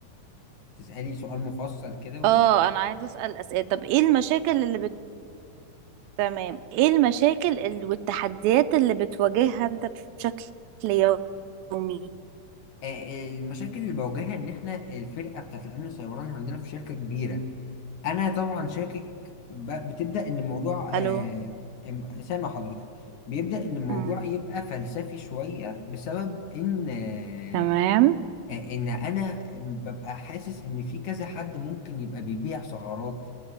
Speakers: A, on the left (about 60°); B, on the right (about 85°).
A: تسالي سؤال مفصل كده و...
B: اه انا عايزه اسال اسئله طب ايه المشاكل اللي بت... تمام ايه المشاكل اللي... والتحديات اللي بتواجهها انت بشكل يومي
A: آه، آه، المشاكل اللي بواجهها ان احنا الفرقه بتاعت الامن السيبراني عندنا في شركه كبيره انا طبعا شاكك ب- بتبدا ان الموضوع
B: الو
A: آه، إم- سامع حضرتك بيبدا ان الموضوع
B: مم.
A: يبقى فلسفي شويه بسبب ان آه،
B: تمام
A: آه، ان انا ببقى حاسس ان في كذا حد ممكن يبقى بيبيع سعرات